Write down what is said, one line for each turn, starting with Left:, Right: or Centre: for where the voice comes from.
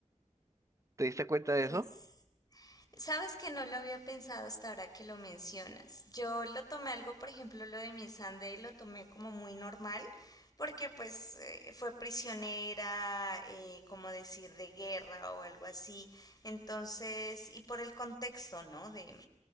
Right: ¿Te diste cuenta de eso?
Left: pues Sabes que no lo había pensado hasta ahora que lo mencionas. Yo lo tomé algo, por ejemplo, lo de mi Sunday, lo tomé como muy normal, porque pues eh, fue prisionera, eh, como decir, de guerra o algo así. Entonces, y por el contexto, ¿no? De,